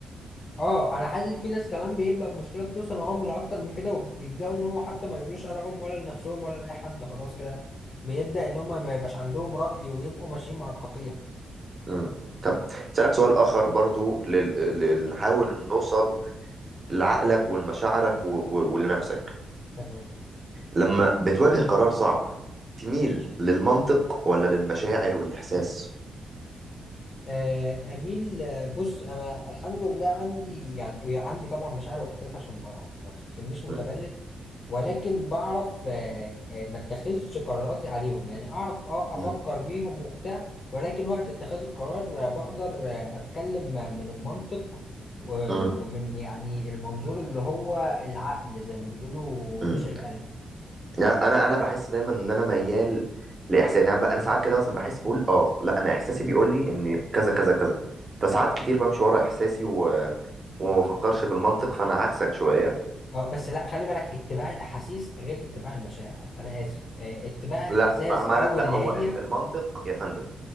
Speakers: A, on the left; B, on the right.
A: اه انا حاسس في ناس كمان بيبقى المشكلة بتوصل معاهم لاكتر من كده وبيبداوا ان هو حتى ما يقولوش ارائهم ولا لنفسهم ولا لاي حد خلاص كده بيبدا ان هم ما يبقاش عندهم رأي ويبقوا ماشيين مع القطيع
B: امم طب اسالك سؤال اخر برضو لل... لل... نحاول نوصل لعقلك ولمشاعرك و... و... ولنفسك
A: تمام
B: لما بتواجه قرار صعب تميل للمنطق ولا للمشاعر والاحساس
A: آه، أميل آه، بص أنا الحمد لله عندي يعني آه، عندي طبعا مشاعر وإحساس عشان ما ما تفتكرنيش متبلد
B: امم
A: ولكن بعرف آه، آه، ما اتخذش قراراتي عليهم يعني أعرف أه أفكر
B: امم
A: بيهم وبتاع ولكن وقت اتخاذ القرار آه، بقدر آه، أتكلم آه، من المنطق و-
B: إمم.
A: ومن يعني المنظور اللي هو العقل زي ما بيقولوا
B: إمم.
A: مش القلب
B: يعني انا انا بحس دايما ان انا ميال لاحساسي يعني انا ساعات كده مثلا بحس بقول اه لا انا احساسي بيقول لي ان كذا كذا كذا فساعات كتير بمشي ورا احساسي و... وما بفكرش بالمنطق فانا عكسك شويه
A: اه بس لا خلي بالك اتباع الأحاسيس غير اتباع المشاعر أنا آسف آه، اتباع الإحساس
B: لا ما, ما
A: أو
B: أنا... لا
A: اللي
B: هو
A: هي
B: ال- المنطق يا فندم